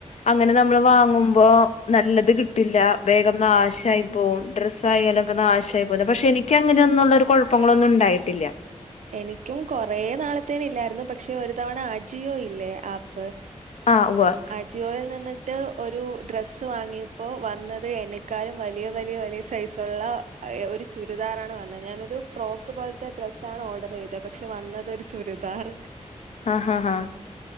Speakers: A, on the left; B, on the right.
A: അങ്ങനെ നമ്മള് വാങ്ങുമ്പോ നല്ലത് കിട്ടില്ല വേഗം നാശായി പോവും ഡ്രസ്സ് ആയാലൊക്കെ നാശായി പോന്ന് പക്ഷെ എനിക്ക് അങ്ങനെയൊന്നൊള്ളൊരു കുഴപ്പങ്ങളൊന്നും ഉണ്ടായിട്ടില്ല
B: എനിക്കും കൊറേ നാളത്തേന് ഇല്ലായിരുന്നു പക്ഷെ ഒരു തവണ അജിയോ ഇല്ലേ ആ പ്പ്
A: ആഹ് ഉവ്വ്
B: അ ജിയോയിൽ നിന്നിട്ട് ഒരു ഡ്രസ്സ് വാങ്ങിയപ്പോൾ വന്നത് എന്നെക്കാലും വലിയ വലിയ വലിയ സൈസ് ഉള്ള ഒരു ചുരിദാറാണ് വന്നത് ഞാനൊരു ഫ്രോക്ക് പോലത്തെ ഡ്രസ്സ് സാണ് ഓർഡർ ചെയ്തെ പക്ഷെ വന്നത് ഒരു ചുരിദാർ
A: ആഹ് ആഹ് ഹാ